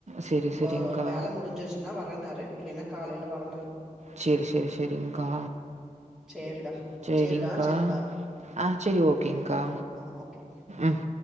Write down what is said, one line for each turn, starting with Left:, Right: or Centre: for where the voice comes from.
Right: செரி செரிங்க்கா
Centre: வா வேல முடிஞ்சிர்ச்சின்னா வரன்னாரு இல்லைன்னா காலைல வரன்னாரு
Right: சேரி சேரி சேரி்ங்க்கா
Centre: சேரிடா
Right: சேரிங்க்கா
Centre: சேரிடா சேரி பாரு
Right: ஆ சேரி ஓககேங்க்கா
Centre: அப்போ ஆ ஓகே
Right: ம்